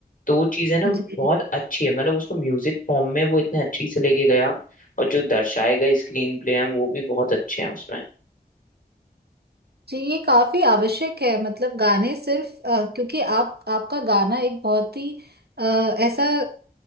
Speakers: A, on the left; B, on the right.
A: तो वो चीज़ है ना
B: जी
A: बहुत अच्छी है मतलब उसको म्यूजिक फॉर्म में वो इतने अच्छी से लेके गया और जो दर्शाए गए स्क्रीन प्ले हैं वो भी बहुत अच्छे हैं उसमें
B: जी ये काफी आवश्यक है मतलब गाने सिर्फ अ, क्योंकि आप आपका गाना एक बहुत ही अ, ऐसा